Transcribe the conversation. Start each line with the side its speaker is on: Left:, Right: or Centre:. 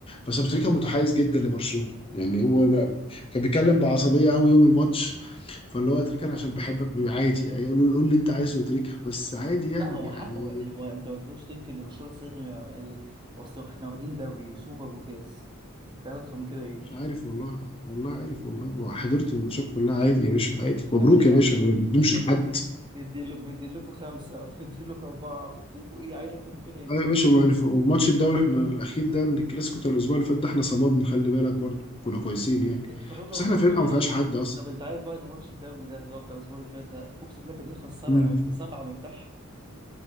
Left: بس ابو تريكه متحيز جدا لبرشلونه يعني هو لا كان بيتكلم بعصبيه قوي يوم الماتش فاللي هو يا تريكه انا عشان بحبك عادي يعني يقول له- قول اللي انت عايزه يا تريكه بس عادي يعني
Right: لا هو
Left: يعني
Right: حقه يعني هو انت ما تقدرش تنكر ان برشلونه السنه دي ما- يعني اصل احنا واخدين دوري وسوبر وكاس انت عايز اكتر من كده ايه؟
Left: مش عارف والله والله عارف والله وحضرت الماتشات كلها عادي يا باشا عادي مبروك
Right: يعني احنا
Left: يا باشا ما بنمشي
Right: احنا
Left: لحد
Right: <laughs> مدين مدين مدين لكم خمسه مدين لكم اربعه مدين لكم ايه عايز اكتر من كده ايه؟
Left: ايوه يا باشا بقى وماتش الدوري احنا الاخير ده الكلاسيكو بتاع الاسبوع اللي فات ده احنا صمدنا خلي بالك برضه كنا كويسين يعني
Right: انتوا تحمدوا
Left: بس
Right: ربنا
Left: احنا فرقه
Right: انتوا
Left: ما فيهاش حد اصلا
Right: طب انت عارف بقى ان ماتش الدوري ده اللي هو بتاع الاسبوع اللي فات ده اقسم بالله كان يخلص سبعه
Left: امم
Right: مفتاح سبعه مفتاح